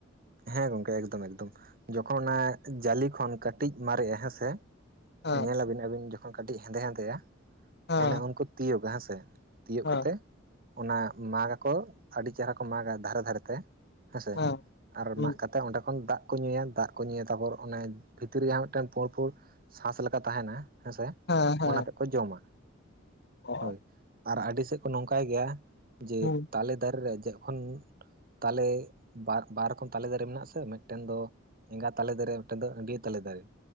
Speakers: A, on the right; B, on the left.
A: ᱦᱮᱸ ᱜᱚᱝᱠᱮ ᱮᱠᱫᱚᱢ ᱮᱠᱫᱚᱢ ᱡᱚᱠᱷᱚᱱ ᱚᱱᱟ ᱡᱟᱞᱮ ᱠᱷᱚᱱ ᱠᱟᱹᱴᱤᱡ ᱢᱟᱨᱮᱜ-ᱟ ᱦᱮᱸᱥᱮ
B: ᱦᱮᱸ
A: ᱧᱮᱞᱟᱵᱤᱱ ᱟᱹᱵᱤᱱ ᱡᱚᱠᱷᱚᱱ ᱠᱟᱹᱴᱤᱡ ᱦᱮᱸᱫᱮ ᱦᱮᱸᱫᱮ ᱟ
B: ᱦᱮᱸ
A: ᱚᱱᱮ ᱩᱱᱠᱩ ᱛᱤᱭᱳᱜᱟ ᱦᱮᱸᱥᱮ, ᱛᱤᱭᱳᱜ
B: ᱦᱮᱸ
A: ᱠᱟᱛᱮ ᱚᱱᱟ ᱢᱟᱜᱽ ᱜᱟᱠᱚ ᱟᱹᱰᱤ ᱪᱮᱦᱨᱟ ᱠᱚ ᱢᱟᱜᱽ ᱟ ᱫᱷᱟᱨᱮ ᱫᱷᱟᱨᱮ ᱛᱮ ᱦᱮᱥ
B: ᱦᱮᱸ
A: ᱟᱨ
B: ᱦᱩᱸ
A: ᱢᱟᱜ ᱠᱟᱛᱮᱫ ᱚᱸᱰᱮ ᱠᱷᱚᱱ ᱫᱟᱜ ᱠᱚ ᱧᱩᱭᱟ ᱫᱟᱜ ᱠᱚ ᱧᱩᱭᱟ ᱛᱟᱯᱚᱨ ᱚᱱᱮ ᱵᱷᱤᱛᱤᱨ ᱨᱮ ᱡᱟᱦᱟ ᱢᱤᱫᱴᱟᱱ ᱯᱩᱲ ᱯᱩᱲ ᱥᱟᱥ ᱞᱮᱠᱟ ᱛᱟᱦᱮᱱᱟ ᱦᱮᱸᱥᱮ
B: ᱦᱮᱸ ᱦᱮᱸ
A: ᱚᱱᱟ ᱛᱮᱫ ᱠᱚ ᱡᱚᱢᱟ
B: ᱚ
A: ᱦᱳᱭ ᱟᱨ ᱟᱹᱰᱤ ᱥᱮᱫ ᱠᱚ ᱱᱚᱝᱠᱟᱭ ᱜᱮᱭᱟ ᱡᱮ
B: ᱦᱩᱸ
A: ᱛᱟᱞᱮ ᱫᱟᱨᱮ ᱨᱮ ᱡᱚᱠᱷᱚᱱ ᱛᱟᱞᱮ ᱵᱟᱛ ᱵᱟᱨ ᱨᱚᱠᱚᱢ ᱛᱟᱞᱮ ᱫᱟᱨᱮ ᱢᱮᱱᱟᱜ-ᱟ ᱥᱮ ᱢᱮᱫᱴᱮᱱ ᱫᱚ ᱮᱸᱜᱟ ᱛᱟᱞᱮ ᱫᱟᱨᱮ, ᱢᱮᱫᱴᱮᱱ ᱫᱚ ᱟᱺᱰᱭᱟᱹ ᱛᱟᱞᱮ ᱫᱟᱨᱮ᱾